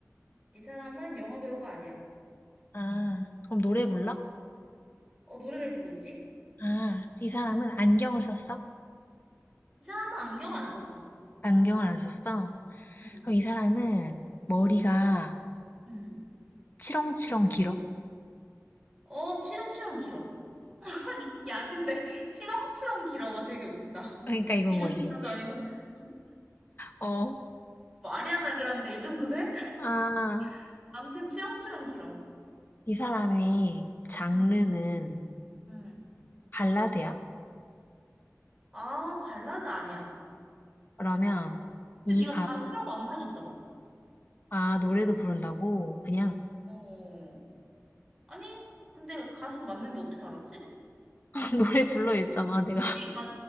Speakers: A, in the centre; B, on the left.
A: 이 사람은 영화 배우가 아니야.
B: 아, 그럼 노래 불러?
A: 어, 노래를 부르지?
B: 아, 이 사람은 안경을 썼어?
A: 이 사람은 안경을 안 썼어.
B: 안경을 안 썼어?
A: 응
B: 그럼 이 사람은 머리가
A: 응
B: 치렁치렁 길어?
A: 어, 치렁치렁 길어. 야, 근데 <laughs> 치렁치렁 길어가 되게 웃긴다.
B: 그러니까
A: <laughs>
B: 이건
A: 그냥
B: 거지.
A: 길어도 아니고 <laughs>
B: 어,
A: 뭐 아리아나 그란데 이 정도 돼?
B: 아,
A: <laughs> 아무튼 치렁치렁 길어.
B: 이 사람의 장르는
A: 응, 응.
B: 발라드야?
A: 아, 발라드 아니야.
B: 그러면
A: 근데
B: 이
A: 네가
B: 가,
A: 가수냐고 안 물어봤잖아.
B: 아, 노래도 부른다고? 그냥
A: 어. 아니, 근데 가수가 맞는데 어떻게 알았지?
B: <laughs> 노래 불러 했잖아, 내가.
A: 뭐지?
B: <laughs>
A: 나,